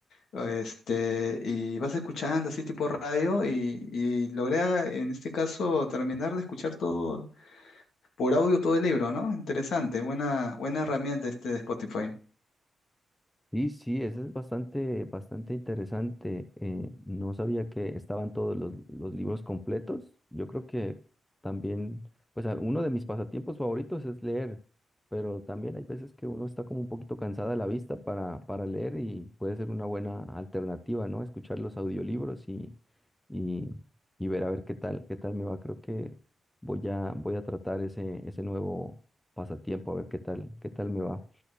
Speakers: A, on the left; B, in the centre.
A: Este, y vas escuchando así tipo radio y, y logré a- en este caso terminar de escuchar todo por audio todo el libro, ¿no? Interesante, buena, buena herramienta este de Spotify.
B: Sí, sí, eso es bastante, bastante interesante. Eh, no sabía que estaban todos los, los libros completos. Yo creo que también, pues a- uno de mis pasatiempos favoritos es leer, pero también hay veces que uno está como un poquito cansada de la vista para, para leer y puede ser una buena alternativa, ¿no? Escuchar los audiolibros y, y, y ver a ver qué tal, qué tal me va. Creo que voy a, voy a tratar ese, ese nuevo pasatiempo, a ver qué tal, qué tal me va.